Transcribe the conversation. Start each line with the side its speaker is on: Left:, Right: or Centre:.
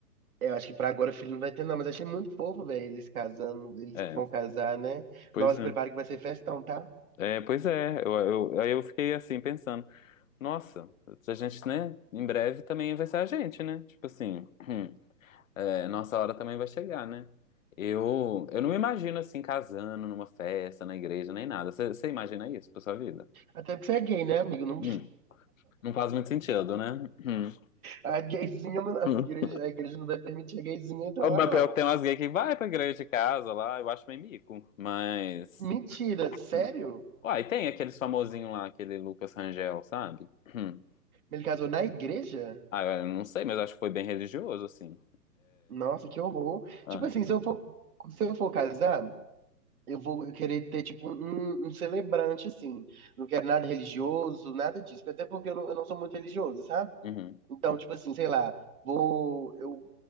Right: Eu acho que pra agora o filho não vai ter, não, mas achei muito fofo, velho, eles casando, eles
Left: É,
Right: vão casar, né?
Left: pois
Right: Nossa,
Left: é.
Right: prepara que vai ser festão, tá?
Left: É, pois é, eu, eu- aí eu fiquei assim pensando, nossa, a gente, né, em breve também vai ser a gente, né? Tipo assim. <clears throat> É, nossa hora também vai chegar, né? Eu, eu não me imagino assim casando numa festa, na igreja, nem nada. Você imagina isso pra sua vida?
Right: Até porque você é gay, né, amigo? Não,
Left: Hum, não faz muito sentido, né? Hum.
Right: a gayzinha, não- a
Left: Hum.
Right: igreja, a igreja não vai permitir a gayzinha entrar
Left: O
Right: lá,
Left: meu
Right: não.
Left: pior que tem umas gays que vai pra igreja de casa lá, eu acho meio mico, mas.
Right: Mentira, sério?
Left: Hum. Uai, tem aqueles famosinho lá, aquele Lucas Rangel, sabe? Hum.
Right: Ele casou na igreja?
Left: Ah, eu não sei, mas eu acho que foi bem religioso, assim.
Right: Nossa, que horror.
Left: Ah,
Right: Tipo assim, se eu for, se eu for casar, Eu vou querer ter, tipo, um, um celebrante, assim. Não quero nada religioso, nada disso. Até porque eu não, eu não sou muito religioso, sabe?
Left: uhum,
Right: Então,
Left: uhum.
Right: tipo assim, sei lá, vou, eu